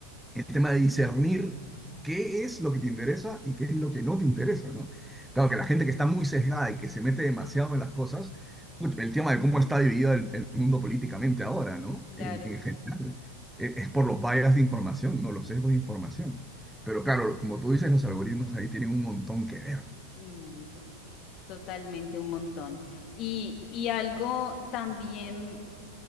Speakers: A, in the centre; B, on the left.
A: el tema de discernir qué es lo que te interesa y qué es lo que no te interesa, ¿no? Claro que la gente
B: sí,
A: que está muy sesgada y que se mete demasiado en las cosas, put, el tema de cómo está dividido el, el mundo políticamente ahora, ¿no?
B: Claro.
A: En, en general, e- es, por los bias de información, ¿no? Los sesgos de información. Pero claro, como tú dices, los algoritmos ahí tienen un montón que ver,
B: Un montón, totalmente un montón. Y, y algo también